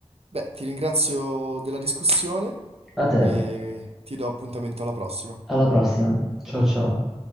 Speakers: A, on the right; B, in the centre.
A: Beh, ti ringrazio della discussione
B: A te,
A: e ti do appuntamento alla prossima.
B: alla prossima. Ciao ciao.